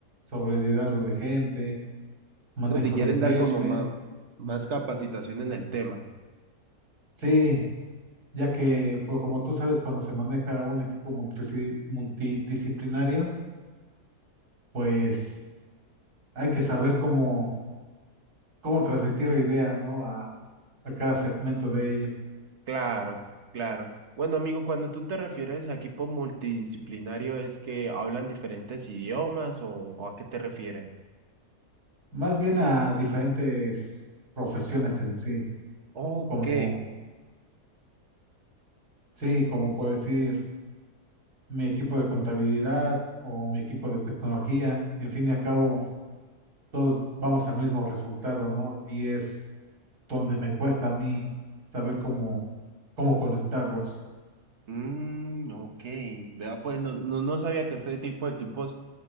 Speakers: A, on the right; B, on the right.
A: sobre liderazgo de gente, manejo
B: sea, te quieren
A: de engagement.
B: dar como más, más capacitación en el tema.
A: Sí, ya que, pues, como tú sabes, cuando se maneja un equipo multisi- multidisciplinario, pues hay que saber cómo, cómo transmitir la idea, ¿no? A, a cada segmento de ello.
B: Claro, claro. Bueno, amigo, cuando tú te refieres a equipo multidisciplinario, ¿es que hablan diferentes idiomas o, o a qué te refieres?
A: Más bien a diferentes profesiones en sí,
B: Ok.
A: como, sí, como por decir. mi equipo de contabilidad o mi equipo de tecnología, y en fin de al cabo, todos vamos al mismo resultado, ¿no? Y es donde me cuesta a mí saber cómo, cómo conectarlos.
B: Mm, ok. Vea, pues no, no, no sabía que a este tipo de equipos